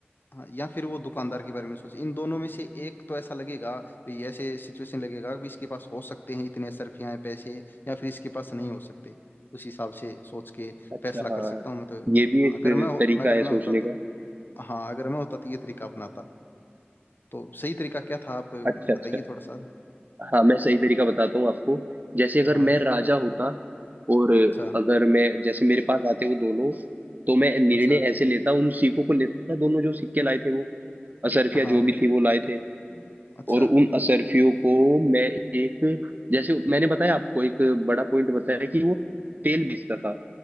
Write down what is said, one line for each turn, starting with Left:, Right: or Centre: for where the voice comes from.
Left: हाँ या फिर वो दुकानदार के बारे में सोच इन दोनों में से एक तो ऐसा लगेगा भी ऐसे सिचुएशन लगेगा कि इसके पास हो सकते हैं इतने सरफियाँ पैसे या फिर इसके पास नहीं हो सकते उस हिसाब से सोच के
Right: अच्छा
Left: फैसला कर
Right: हाँ
Left: सकता हूँ मैं तो
Right: ये भी
Left: हाँ,
Right: एक
Left: अगर मैं हो-
Right: तरीका
Left: मैं- अगर
Right: है
Left: मैं
Right: सोचने
Left: होता तो
Right: का
Left: हाँ अगर मैं होता तो ये तरीका अपनाता तो सही तरीका क्या था आप बताइए
Right: अच्छा अच्छा
Left: थोड़ा सा
Right: हाँ मैं सही तरीका बताता हूँ आपको जैसे अगर
Left: हाँ
Right: मैं
Left: बताइए
Right: राजा होता और
Left: अच्छा
Right: अगर मैं जैसे मेरे पास आते वो दोनों तो मैं निर्णय
Left: अच्छा
Right: ऐसे लेता उन सिक्कों को लेता दोनों जो सिक्के लाए थे वो असरफिया
Left: हाँ
Right: जो भी थी वो लाए थे
Left: हम्म। अच्छा
Right: और उन असरफियों को मैं एक जैसे मैंने बताया आपको एक बड़ा पॉइंट बताया कि वो तेल बेचता था